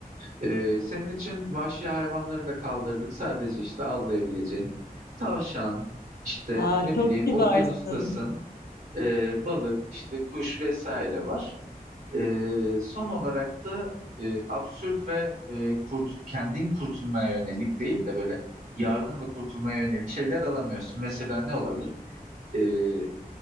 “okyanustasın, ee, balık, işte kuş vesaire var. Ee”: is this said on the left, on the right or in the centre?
Right